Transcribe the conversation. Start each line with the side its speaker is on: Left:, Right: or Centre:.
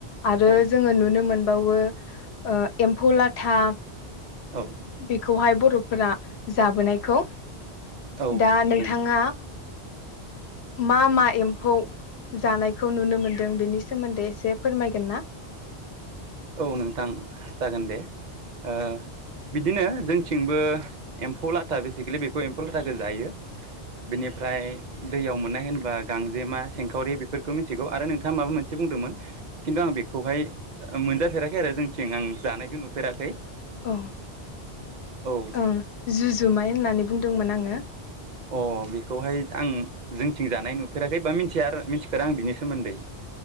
Left: आरो
Right: औ
Left: जोङो नुनो मोन बावो ओ एम्फौ लाथा
Right: औ
Left: बेखौहाय बर'फोरा जाबोनायखौ
Right: औ
Left: दा नोंथाङा
Right: नंगौ
Left: मा मा एम्फौ जानायखौ नुनो मोनदों बेनि सोमोन्दै एसे फोरमायगोन ना
Right: औ नोंथां जागोन दे ओ बिद बिदिनो जोंथिंबो एम्फौ लाथा बेसिकेलि बेखौ एम्फौ लाथाखौ जायो बेनिफ्राय दैयाव मोननाय होनबा गांजेमा सेंखावरि बेफोरखौ मिथिगौ आरो नोंथाङा माबा मोनसे बुंदोंमोन खिन्थु आं बेखौहाय ओ मोनजाफेराखै आरो जोंथिं आं जानायखौ नुफेराखै
Left: औ
Right: औ
Left: ओ जुजुमाय होननानै बु बुंदोंमोन आङो
Right: अ बि बेखौहाय आं जोंथिं जा नाय नुफेराखै बा मिथि मिथिया आरो मिथिफेरा आं बिनि सोमोन्दै